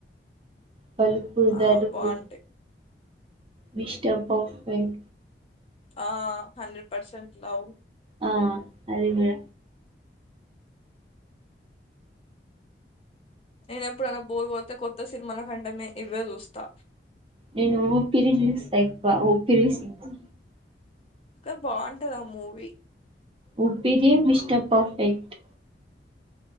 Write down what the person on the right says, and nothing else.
బలుపు
దరుబు
మిస్టర్ పర్ఫెక్ట్
ఆ అది గూడ
నేను ఊపిరి చూస్తా ఎక్కువ ఊపిరి సిన్మా
ఊపిరి మిస్టర్ పర్ఫెక్ట్